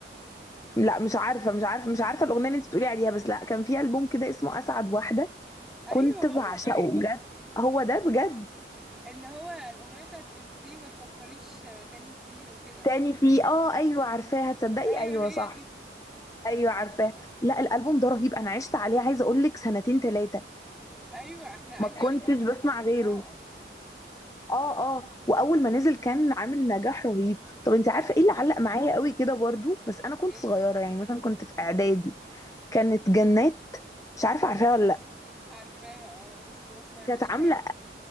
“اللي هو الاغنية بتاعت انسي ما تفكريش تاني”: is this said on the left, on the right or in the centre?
Centre